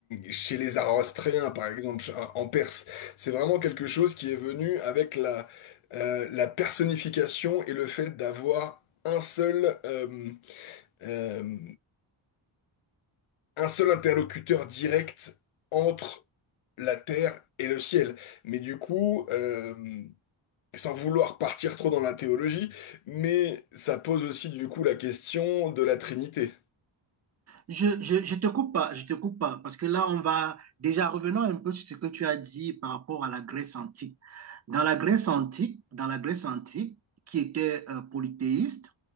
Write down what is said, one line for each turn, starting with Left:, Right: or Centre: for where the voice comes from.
Left: chez les Zoroastriens, par exemple, ch- en Perse. C'est vraiment quelque chose qui est venu avec la, euh, la personnification et le fait d'avoir un seul, euh, euh, un seul interlocuteur direct entre la terre et le ciel. Mais du coup, euh, sans vouloir partir trop dans la théologie, mais ça pose aussi du coup la question de la Trinité.
Right: Je, je, je te coupe pas, je te coupe pas, parce que là, on va déjà revenons un peu sur ce que tu as dit par rapport à la Grèce antique. Dans la Grèce antique, dans la Grèce antique, qui était euh, polythéiste,